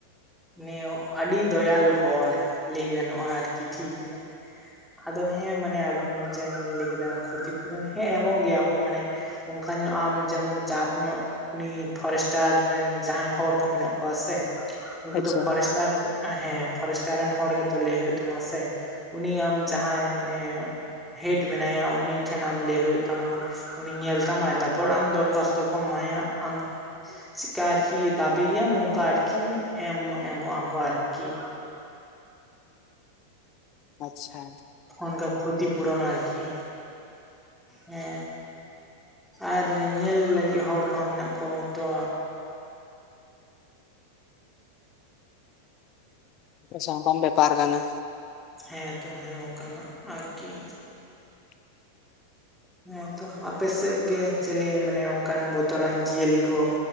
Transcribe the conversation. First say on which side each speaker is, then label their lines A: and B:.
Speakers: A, in the centre; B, on the left.
A: ᱱᱮᱭᱚ ᱟᱰᱤ ᱫᱚᱭᱟᱞᱚ ᱦᱚᱲ ᱞᱮᱭ ᱜᱟᱱᱚᱜᱼᱟ ᱟᱨᱠᱤ ᱴᱷᱤᱠ ᱜᱮᱭᱟ ᱟᱫᱚ ᱦᱮᱸ ᱢᱟᱱᱮ ᱟᱵᱤᱱ ᱡᱟ ᱵᱤᱱ ᱞᱮ ᱠᱮᱫᱟ ᱠᱷᱚᱛᱤ ᱯᱩᱨᱚᱱ ᱦᱮᱸ ᱮᱢᱚᱜ ᱜᱮᱭᱟ ᱠᱚ ᱢᱟᱱᱮ ᱚᱝᱠᱟ ᱧᱚᱜ ᱟᱢ ᱡᱮᱢᱚᱱ ᱪᱟᱯ ᱧᱚᱜ ᱩᱱᱤ ᱯᱷᱚᱨᱮᱥ ᱴᱟᱨ ᱨᱮᱱ ᱡᱟᱦᱟᱸᱭ ᱦᱚᱲ ᱠᱚ ᱢᱮᱱᱟᱜ ᱠᱚᱣᱟ ᱥᱮ ᱩᱱᱠᱩ
B: ᱟᱪᱪᱷᱟ
A: ᱫᱚ ᱯᱷᱚᱨᱮᱥᱴᱟᱨ ᱦᱮ ᱯᱷᱚᱨᱮᱥᱴᱟᱨ ᱨᱮᱱ ᱦᱚᱲ ᱜᱮᱛᱚ ᱞᱮᱭ ᱦᱩᱭᱩᱜ ᱛᱟᱢᱟ ᱥᱮ ᱩᱱᱤ ᱟᱢ ᱡᱟᱦᱟᱭ ᱢᱟᱱᱮ ᱦᱮᱰ ᱢᱮᱱᱟᱭᱟ ᱩᱱᱤ ᱴᱷᱮᱱ ᱟᱢ ᱞᱮᱭ ᱦᱩᱭᱩᱜ ᱛᱟᱢᱟ ᱩᱱᱤ ᱧᱮᱞ ᱛᱟᱢᱟᱭ ᱛᱟᱨᱯᱚᱨ ᱟᱢ ᱫᱚᱨᱠᱥᱛᱚ ᱠᱚ ᱮᱢᱟᱭᱟ ᱟᱢ ᱪᱤᱠᱟ ᱟᱨ ᱠᱤ ᱫᱟᱵᱤᱭᱟᱢ ᱚᱱᱠᱟ ᱟᱨᱠᱤ ᱮᱢ ᱮᱢᱚᱜ ᱟᱠᱚ ᱟᱨᱠᱤ
B: ᱟᱪᱷᱟ
A: ᱚᱝᱠᱟ ᱠᱷᱚᱛᱤ ᱯᱩᱨᱚᱱᱟ ᱟᱨ ᱠᱤ ᱦᱮ ᱟᱨ ᱧᱮᱞ ᱞᱟᱹᱜᱤᱫ ᱦᱚᱲ ᱠᱚᱦᱚ ᱢᱮᱱᱟᱜ ᱠᱚᱣᱟ ᱛᱚ
B: ᱟᱪᱷᱟ ᱚᱱᱠᱟᱱ ᱵᱮᱯᱟᱨ ᱠᱟᱱᱟ
A: ᱦᱮ ᱛᱚ ᱦᱮ ᱚᱱᱠᱟᱱᱟᱜ ᱟᱨᱠᱤ
B: <inaudible>
A: ᱦᱮ ᱛᱚ ᱟᱯᱮ ᱥᱮ ᱜᱮ ᱪᱮᱞᱮ ᱢᱟᱱᱮ ᱚᱱᱠᱟᱱ ᱵᱚᱛᱚᱨᱟᱱ ᱡᱤᱭᱟᱹᱞᱤ ᱠᱚ